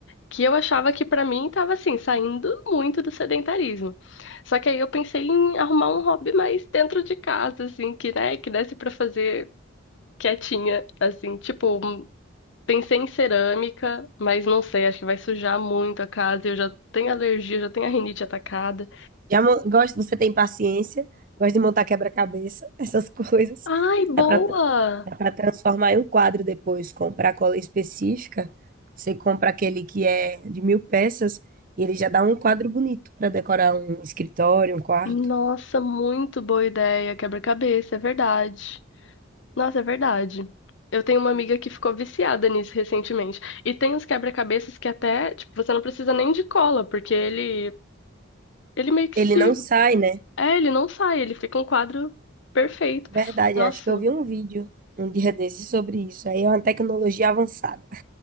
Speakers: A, on the left; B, on the right.
A: que eu achava que pra mim tava assim, saindo muito do sedentarismo. Só que aí eu pensei em arrumar um hobby mais dentro de casa, assim, que, né, que desse pra fazer quietinha, assim, tipo, um- pensei em cerâmica, mas não sei, acho que vai sujar muito a casa, eu já tenho alergia, já tenho a rinite atacada.
B: Já mo- gosto, você tem paciência, gosta de montar quebra-cabeça, <laughs> essas coisas.
A: Ai, boa!
B: Dá para dá para transformar em um quadro depois, comprar cola específica. Você compra aquele que é de mil peças e ele já dá um quadro bonito para decorar um escritório, um quarto.
A: Nossa, muito boa ideia. Quebra-cabeça, é verdade. Nossa, é verdade. Eu tenho uma amiga que ficou viciada nisso recentemente. E tem uns quebra-cabeças que até, tipo, você não precisa nem de cola, porque ele, ele meio que
B: Ele
A: se.
B: não sai, né?
A: É, ele não sai, ele fica um quadro perfeito.
B: Verdade,
A: Nossa,
B: acho que eu vi um vídeo um dia desses sobre isso. Aí é uma tecnologia avançada.